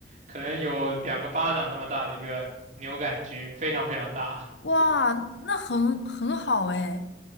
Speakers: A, on the right; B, on the left.
A: 可能有两个巴掌那么大的一个牛杆菌，非常非常大。
B: 哇，那很很好哎。